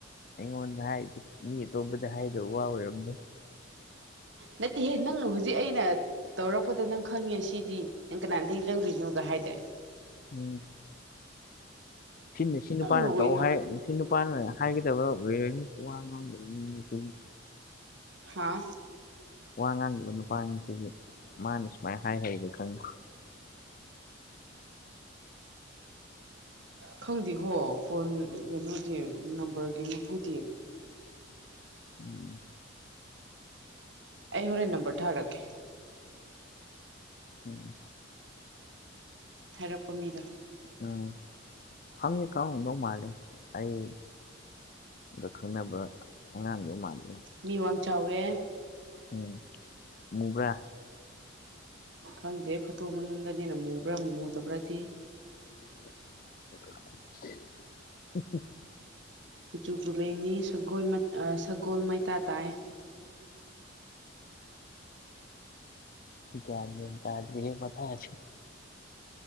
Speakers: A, on the left; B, on the right.
A: ꯑꯩꯉꯣꯟꯗ ꯍꯥꯏꯗꫭ ꯃꯤ ꯑꯇꯣꯞꯄꯗ ꯍꯥꯏꯗꯧ ꯋꯥ ꯑꯣꯏꯔꯝꯗꯅ
B: ꯅꯠꯇꯦꯍꯦ ꯅꯪꯅ ꯍꯧꯖꯤꯛ ꯑꯩꯅ ꯇꯧꯔꯛꯄꯗ ꯅꯪ ꯈꯪꯉꯦ ꯁꯤꯗꯤ ꯅꯪ ꯀꯅꯥꯗꯩ ꯂꯧꯔꯤꯅꯣꯒ ꯍꯥꯏꯗꯥꯏ
A: ꯎꯝ ꯁꯤꯅ ꯁꯤ ꯅꯨꯄꯥꯅ
B: ꯅꯪꯅ ꯑꯣꯏꯅ
A: ꯇꯧ ꯍꯥꯏ ꯁꯤ ꯅꯨꯄꯥꯅ ꯍꯥꯏꯒꯗꯕ ꯑꯣꯏꯔꯝꯅꯤ ꯋꯥ ꯉꯥꯡꯗꯕ ꯃꯤ <unintelligible>
B: ꯍꯥꯥ
A: ꯋꯥ ꯉꯥꯡꯗꯕ ꯅꯨꯄꯥꯅꯤꯁꯤꯗꯤ ꯃꯅꯥ ꯁꯨꯃꯥꯏ ꯍꯥꯏ ꯍꯥꯏꯔꯤꯕ ꯈꯪꯕ꯭ꯔꯥ
B: ꯈꯪꯗꯦꯀꯣ ꯐꯣꯟ ꯀꯩꯅꯣꯗꯤ ꯅꯝꯕꯔꯒꯤ ꯃꯄꯨꯗꯤ
A: ꯎꯝ꯫
B: ꯑꯩ ꯍꯣꯔꯦꯟ ꯅꯝꯕꯔ ꯊꯥꯔꯛꯀꯦ꯫
A: ꯎꯝ꯫
B: ꯍꯥꯏꯔꯛꯄ ꯃꯤꯗꯣ꯫
A: ꯎꯝ ꯈꯪꯗꯤ ꯀꯥꯎꯔꯝꯗꯧ ꯃꯥꯂꯦ ꯑꯩ ꯒ ꯈꯪꯅꯕ ꯑꯉꯥꯡꯗꯣ ꯃꯥꯜꯂꯤ꯫
B: ꯃꯤ ꯋꯥꯡ ꯆꯥꯎꯋꯦ꯫
A: ꯎꯝ ꯃꯨꯕ꯭ꯔꯥ꯫
B: ꯈꯪꯗꯦ ꯐꯣꯇꯣ ꯃꯅꯨꯡꯗꯅꯤꯅ ꯃꯨꯕ꯭ꯔꯥ ꯃꯨꯗꯕ꯭ꯔꯗꯤ꯫
A: <unintelligible>
B: ꯀꯨꯆꯨ ꯀꯨꯃꯦꯟꯗꯤ ꯁꯒꯣꯜ ꯃ ꯑ ꯁꯒꯣꯜ ꯃꯩꯇꯥ ꯇꯥꯏ꯫
A: ꯒ꯭ꯌꯥꯟ ꯃꯦꯟ ꯇꯥꯗꯦꯍꯦ ꯃꯊꯥ ꯁꯤ